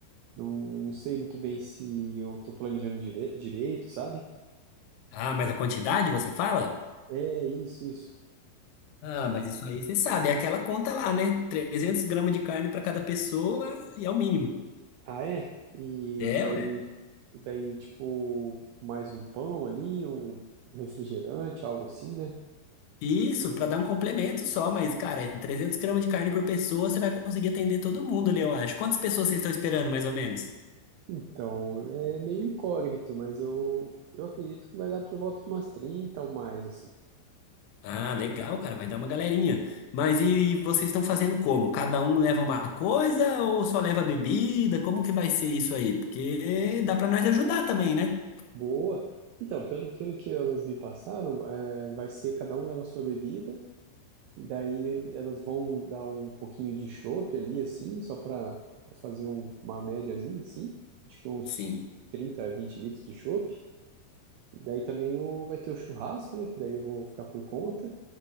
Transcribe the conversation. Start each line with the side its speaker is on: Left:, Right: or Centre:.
Right: Não, não sei muito bem se eu tô planejando dire- direito, sabe?
Left: Ah, mas a quantidade você fala?
Right: É isso, isso.
Left: Ah, mas isso aí você sabe, é aquela conta lá, né? 300 gramas de carne para cada pessoa e é o mínimo.
Right: Ah, é? E
Left: É,
Right: daí,
Left: ué.
Right: e daí, tipo, mais um pão ali, um, um refrigerante, algo assim, né?
Left: Isso, para dar um complemento só, mas, cara, é 300 gramas de carne por pessoa, você vai conseguir atender todo mundo ali, eu acho. Quantas pessoas vocês estão esperando, mais ou menos?
Right: Então, é meio incógnito, mas eu, eu acredito que vai dar por volta de umas 30 ou mais, assim.
Left: Ah, legal, cara, vai dar uma galerinha. Mas e, e vocês estão fazendo como? Cada um leva uma coisa ou só leva bebida? Como que vai ser isso aí? Porque dá para nós ajudar também, né?
Right: Boa! Então, pelo, pelo que elas me passaram, é, vai ser cada um leva a sua bebida, e daí elas vão dar um pouquinho de chopp ali, assim, só para para fazer um- uma médiazinha, assim. Acho que uns
Left: Sim,
Right: 30 20 litros de chopp. E daí também o, vai ter o churrasco, né? Que daí eu vou ficar por conta.